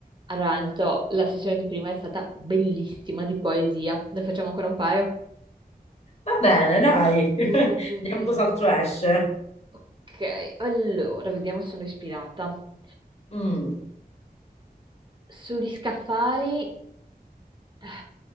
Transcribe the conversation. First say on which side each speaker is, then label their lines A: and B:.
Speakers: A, on the right; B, on the left.
A: Allora, Anto, la sessione di prima è stata bellissima di poesia. Ne facciamo ancora un paio?
B: Va bene, dai. <laughs> Vediamo
A: Mm, mm, mm, mm.
B: cos'altro esce.
A: Ok, allora, vediamo se sono ispirata.
B: Mm,
A: Sugli scaffali, <sighs> eh,